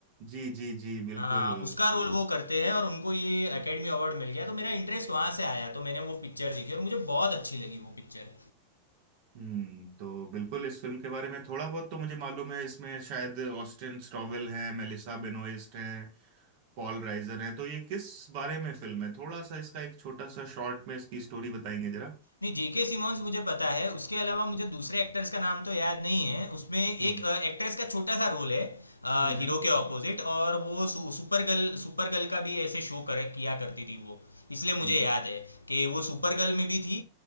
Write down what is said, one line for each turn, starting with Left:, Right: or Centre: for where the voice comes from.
Right: जी जी जी बिल्कुल
Left: हाँ उसका रोल वो करते हैं और उनको ये एकेडमी अवार्ड मिल गया तो मेरा इंटरेस्ट वहां से आया तो मैंने वो पिक्चर देखी और मुझे बहुत अच्छी लगी वो पिक्चर
Right: हम्म तो बिल्कुल इस फिल्म के बारे में थोड़ा बहुत तो मुझे मालूम है इसमें शायद ऑस्टिन स्टॉवेल हैं मेलिसा बेनोइस्ट हैं पॉल राइजर हैं तो ये किस बारे में फिल्म है थोड़ा सा इसका एक छोटा सा शॉर्ट में इसकी स्टोरी बताएंगे जरा
Left: नहीं जेके सिमोन्स मुझे पता है उसके अलावा मुझे दूसरे एक्टर्स का नाम तो याद नहीं है उसमें एक
Right: हम्म
Left: एक्ट्रेस का छोटा सा रोल है अ,
Right: हम्म
Left: हीरो
Right: हम्म
Left: के ऑपोजिट और वो सु, सुपर गर्ल सुपर गर्ल का भी ऐसे शो कर किया करती थी वो इसलिए मुझे
Right: हम्म
Left: याद है कि वो सुपर गर्ल में भी थी